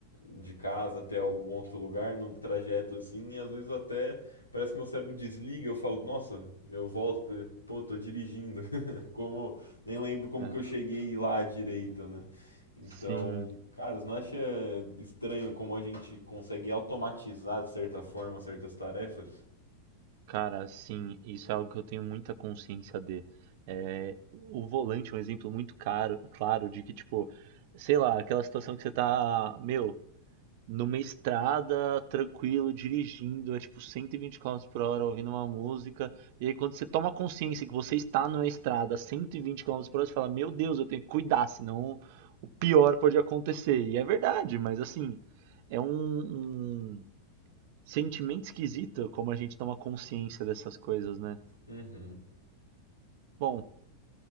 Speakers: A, on the left; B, on the right.
A: de casa até algum outro lugar, no trajeto assim, e às vezes até Parece que meu cérebro desliga, eu falo, nossa, eu volto, pra- pô, tô dirigindo. <laughs> Como, nem lembro como
B: é.
A: que eu cheguei lá à direita, né? Então,
B: Sim,
A: cara, você não acha estranho como a gente consegue automatizar de certa forma certas tarefas?
B: cara, sim, isso é algo que eu tenho muita consciência de. É, o volante é um exemplo muito caro, claro de que, tipo, sei lá, aquela situação que você tá, meu, numa estrada, tranquilo, dirigindo, é tipo 120 km por hora, ouvindo uma música. E aí, quando você toma consciência que você está numa estrada a 120 km por hora, você fala: Meu Deus, eu tenho que cuidar, senão o pior pode acontecer. E é verdade, mas assim, é um, um sentimento esquisito como a gente toma consciência dessas coisas, né?
A: Uhum.
B: Bom,